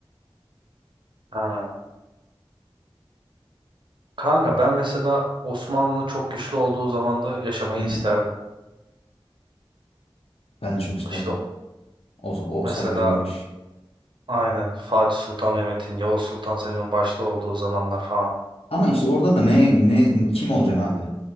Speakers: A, on the right (about 55°); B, on the left (about 80°).
A: Ha. Kanka ben mesela Osmanlı'nın çok güçlü olduğu zamanda yaşamayı
B: Hı hı.
A: isterdim.
B: Ben de çok isterdim.
A: İşte
B: O, o
A: mesela
B: sarardı o iş.
A: Aynen Fatih Sultan Mehmet'in, Yavuz Sultan Selim'in başta olduğu zamanlar falan.
B: Ama işte orada da ne ne kim olacaksın abi?